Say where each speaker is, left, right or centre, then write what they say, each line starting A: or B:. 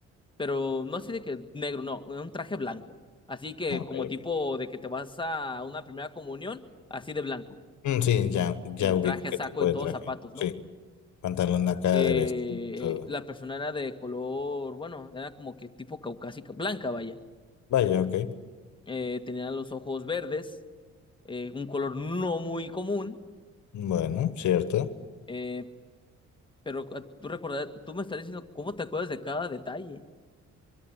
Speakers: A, on the left; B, on the left.
A: Pero no así de que negro, no, un traje blanco. Así que
B: Ah, Ok,
A: como tipo
B: ok.
A: de que te vas a una primera comunión, así de blanco.
B: Mm, sí, ya, ya
A: El
B: ubico
A: traje,
B: qué
A: saco
B: tipo
A: y
B: de
A: todos
B: traje.
A: zapatos,
B: Sí.
A: ¿no?
B: Pantalón acá
A: Eh,
B: de vestir y todo.
A: la persona era de color, bueno, era como que tipo caucásica, blanca, vaya.
B: Vaya, ok.
A: Eh, tenía los ojos verdes, eh, un color no muy común.
B: Bueno, cierto.
A: eh, Pero ah, tú recordar, tú me estás diciendo cómo te acuerdas de cada detalle.